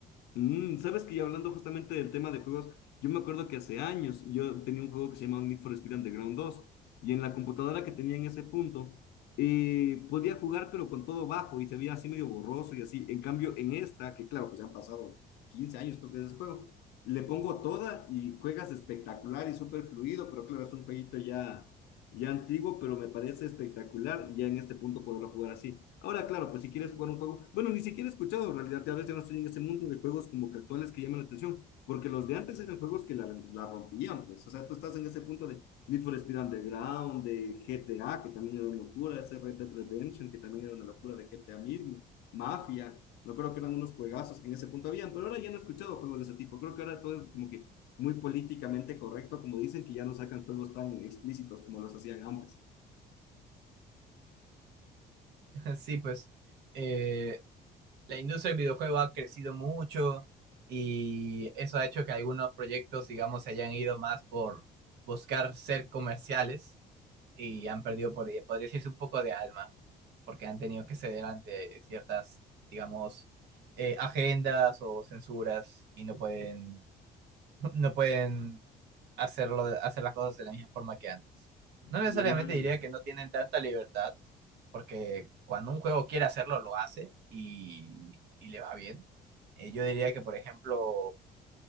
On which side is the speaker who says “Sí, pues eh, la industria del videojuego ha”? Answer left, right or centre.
Right